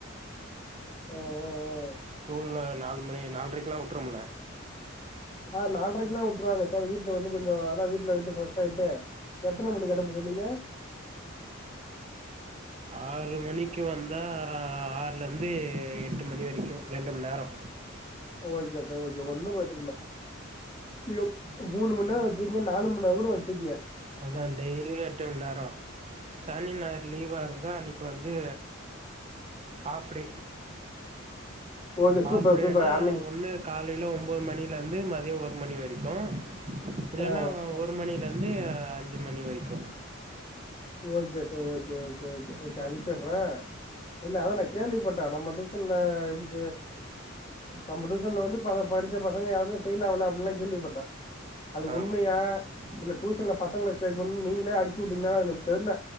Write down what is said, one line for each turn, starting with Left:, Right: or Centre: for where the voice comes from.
Left: ஆஹ் ஓ ஓ
Right: ஸ்கூல்ல நாலு மணி நால்ரைக்குல்லா வுட்டுறோம்ல
Left: ஆஹ் நால்ரைக்குல்லா விட்டுருவாங்க சார் வீட்ல வந்து கொஞ்சோ அதா வீட்ல வச்சு ஆயிட்டு எத்தன மணிக்கு அனுப்புனு ங்க
Right: ஆறு மணிக்கு வந்தா ஆறுலேருந்து எட்டு மணி வரைக்கும் ரெண்டு மண் நேரம்
Left: ஓகே சார் ஓகே ஒன்னும் பிரச்சனல்ல எப் மூணு மண்நேரோ வச்சிக்கங்க நாலு மண் நேரோ கூட வச்சிக்கங்க
Right: அதுதா டெய்லி எட்டு மண்நேரோ சனி ஞாயிறு லீவா இருந்தா அன்னிக்கு வந்து half day
Left: okay
Right: half
Left: super
Right: டேன்னா
Left: சூப்பர் அன்னைக்கு
Right: ஒண்ணு காலே ல ஒன்பது மணியிலருந்து மதியம் ஒரு மணி வரைக்கும் இல்லன்னா
Left: ஆ ஆ
Right: ஒரு மணியிலந் து ஐஞ்சு மணி வரைக்கும்
Left: okay sir okay okay okay okay அனுப்பிட்ற இல்ல அதான கேள்விப்பட்டா நம்ம டியூஷன்ல எப்படி நம்ம டியூசன்ல வந்து பல படிச்ச பசங்க யாருமே ஃபெயில் ஆவல அப்டின்ல்லா கேள்விப்பட்ட அது
Right: ஆ
Left: உண்மையா இல்ல டியூஷன்ல பசங்கள சேக்குன்னு நீங்களே அடிச் சிவுட்டீங்னா அது எனக் தெர்ல